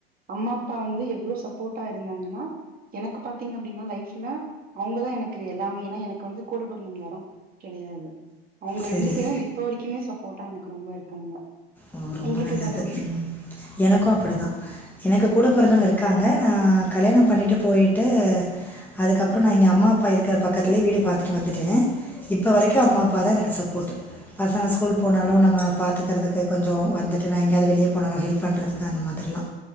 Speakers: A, on the right (about 25°); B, in the centre.
A: அம்மா அப்பா வந்து எவ்ளோ சப்போட்டா இருந்தாங்கன்னா எனக்கு பாத்திங்க அப்டின்னா லைஃப்ல அவங்கதா எனக்கு எல்லாமே ஏனா எனக்கு வந்து கூட பொருந்தவங்க யாரு கெடையாது அவங்க
B: சரி
A: ரெண்டு பேரு இப்ப வரைக்குமே சப் போட்டா எனக்கு ரொம்ப இருக்காங்க
B: ஓ ரொம்ப
A: உங்களுக்கு
B: நல்லது
A: சகோதரி
B: ம் எனக்கு அப்டிதா எனக்கு கூட பொறந்தவங்க இருக் காங்க நா கல்யாணொ பண்ணிட்டு போயிட்டு அதுக்கப்புறொ நா இங்க அம்மா அப்பா இருக்குற பக்கத்துலேயே வீடு பாத்துட்டு வந்துட்டே இப்போ வரைக்கு அம்மா அப்பா தா எனக்கு சப்போட் பசங்க ஸ்கூல் போனாலு நம்ம பாத்துக்குறதுக்கு கொஞ்சோ வந்துட்டு நா எங்கேயாவது வெளியே போனாலு ஹெல்ப் பண்றதுக்கு அந்த மாதிரிலா